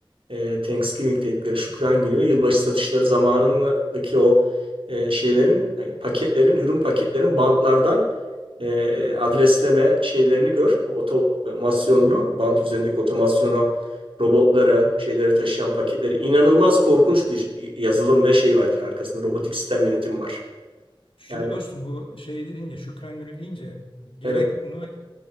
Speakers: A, on the right; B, on the left.
A: e, Thanksgiving dedikleri Şükran Günü ve yılbaşı satışları zamanındaki o e, şeylerin e, paketlerin ürün paketlerin bantlardan e, adresleme şeylerini gör. O otomasyonunu bant üzerindeki otomasyonu robotlara, şeyleri taşıyan paketleri inanılmaz korkunç bir yazılım ve şey var arkasında robotik sistem yönetimi var.
B: Şimdi
A: Yani
B: dostum bu şey dedin ya Şükran Günü deyince gerek
A: evet,
B: Noel